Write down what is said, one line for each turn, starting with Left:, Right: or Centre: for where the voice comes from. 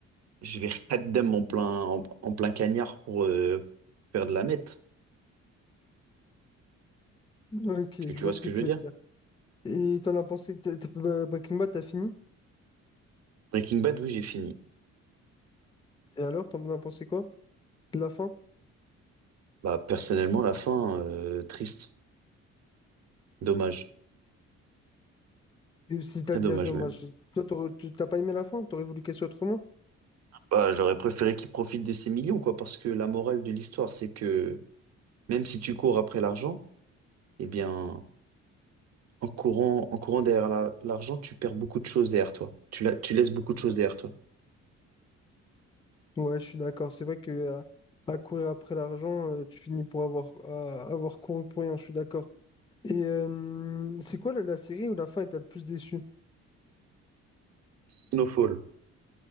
Right: je vais <laughs> raddam en plein, en, en plein cagnard pour euh, faire de la meth.
Left: Ok, je
Right: Tu, tu
Left: vois
Right: vois
Left: ce
Right: ce
Left: que
Right: que
Left: tu
Right: je veux dire?
Left: veux dire. Et t'en as pensé, t'as- t'as- bah, Breaking Bad, t'as fini?
Right: Breaking Bad, oui, j'ai fini.
Left: Et alors, t'en as pensé quoi? De la fin?
Right: Bah, personnellement, la fin, euh, triste. Dommage.
Left: Et C'est-à-dire,
Right: Très dommage,
Left: non, moi,
Right: même.
Left: je- toi, t'aurais- tu- t'as pas aimé la fin? T'aurais voulu qu'elle soit autrement?
Right: Bah, j'aurais préféré qu'il profite de ses millions, quoi, parce que la morale de l'histoire, c'est que même si tu cours après l'argent, eh bien, en courant, en courant derrière la- l'argent, tu perds beaucoup de choses derrière toi. Tu, la- tu laisses beaucoup de choses derrière toi.
Left: Ouais, je suis d'accord. C'est vrai que euh, à, courir après l'argent, euh, tu finis pour avoir, à- avoir couru pour rien. Je suis d'accord. Et euh, c'est quoi la, la série où la fin est le plus déçu?
Right: Snowfall.